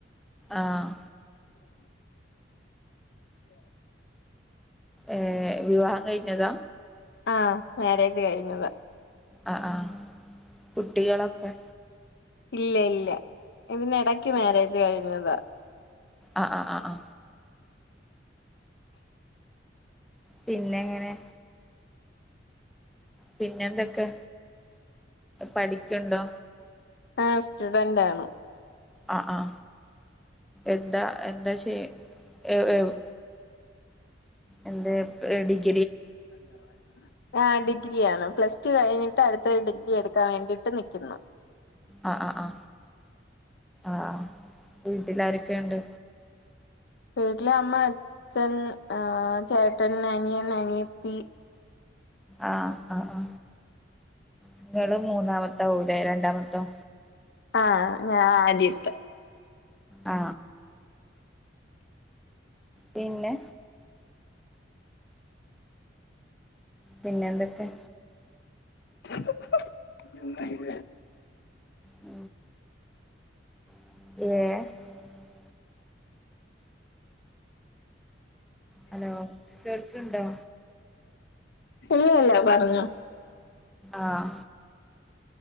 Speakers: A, in the centre; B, on the left.
A: ആഹ്. ഏ, വിവാഹം, കയ്ഞ്ഞതാ.
B: ആഹ, മാരേജ്, കഴിഞ്ഞത.
A: ആഹ്, ആഹ, കുട്ടികളൊക്കെ.
B: ഇല്ല, ഇല്ല, ഇതിനി ഇടയ്ക്ക്, മാരേജ് കഴിഞ്ഞതാ.
A: ആഹ, ആ, ആ, ആ. പിന്നെങ്ങനെ പിന്നെന്തൊക്കെ, പഠിക്കുണ്ടോ
B: ആഹ, സ്റ്റുഡന്റാണ്.
A: ആ, ആ, എന്താ, എന്താ, ചെയ്യ, എ, എവി എന്തെ <unintelligible>
B: അതെ ആ ഡിഗ്രിയാണ് പ്ലസ് ടു കഴിഞ്ഞിട്ട് അടുത്തരു ഡിഗ്രി എടുക്കാൻ വേണ്ടിട്ട് നിൽിക്കുന്നു
A: ആ ആ് ആ ആ വീട്ടിലാരക്ക ക്കണ്ട്
B: വീട്ടിലെ അമ്മ അച്ഛൻ ആർ ചേട്ടൻ അനിയൻ അനിയത്തി
A: ആഹ ആ് ആ നിങ്ങള്ങ്ങള് മൂന്നാമത് ാവലേ രണ്ടാമത്ത
B: ആഹ ഞാ ആദ്യത്തെ
A: ആ പിന്നെ പിന്നെ എന്തൊക്കെ
B: ജ വ
A: ഉ ഏ ഹലോ കേൾക്ക്ണ്ടോ?
B: ഇല്ല ഇല്ല പറഞ്ഞു
A: ആഹ